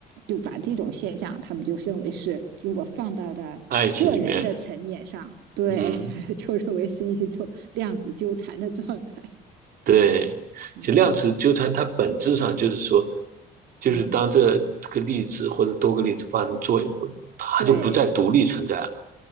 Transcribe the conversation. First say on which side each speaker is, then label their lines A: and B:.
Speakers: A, on the right (about 85°); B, on the right (about 60°).
A: 就把这种现象，他们就认为是如果放到的个人的层面上，
B: 爱情里面，
A: 对，
B: 嗯，
A: <laughs> 就认为是一种量子纠缠的状态。
B: 对，
A: 嗯
B: 就量子纠缠，它本质上就是说，就是当这这个粒子或者多个粒子发生作用后，
A: 嗯，
B: 它就不再独立存在了。
A: 对，